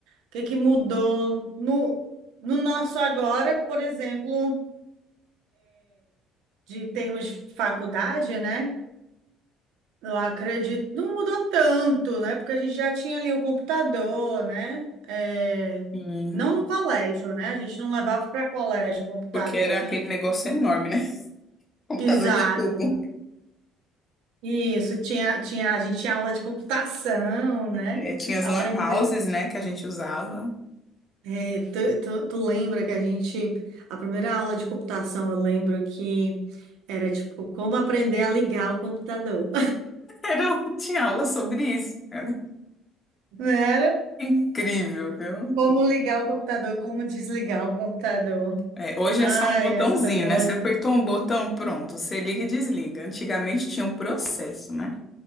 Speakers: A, on the right; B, on the left.
A: O que que mudou no, no nosso agora, por exemplo, de termos de faculdade, né? Eu acredito, não mudou tanto, né? Porque a gente já tinha ali o computador, né? É,
B: Hum.
A: não no colégio, né? A gente não levava para colégio o computador.
B: Porque era
A: A
B: aquele
A: gente...
B: negócio enorme, né? <laughs> Computador
A: exato.
B: de tubo.
A: Isso, tinha, tinha, a gente tinha aula de computação, né?
B: É, tinha as
A: Aprender.
B: lan houses, né, que a gente usava.
A: É, tu, tu, tu lembra que a gente, a primeira aula de computação, eu lembro que era tipo como aprender a ligar o computador.
B: Era, <laughs> tinha aula sobre isso, cara.
A: <laughs> Não era?
B: Incrível, viu?
A: Como ligar o computador, como desligar o computador.
B: É, hoje
A: Ai,
B: é só um botãozinho,
A: essa tecnologia.
B: né? Você apertou um botão, pronto. Você liga e desliga. Antigamente tinha um processo, né?